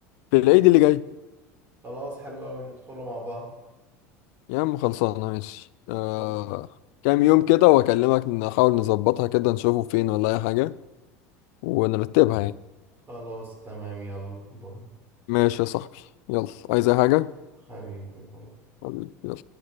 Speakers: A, on the left; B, on the right.
A: في العيد اللي جاي
B: خلاص حلو قوي ندخله مع بعض
A: يا عم خلصانه ماشي آه
B: خلاص
A: كام يوم كده واكلمك نحاول نظبطها كده نشوفه فين ولا اي حاجه ونرتبها يعني
B: خلاص تمام يلا باي
A: ماشي يا صاحبي يلا عايز اي حاجه
B: حبيبي باي
A: حبيبي، يلا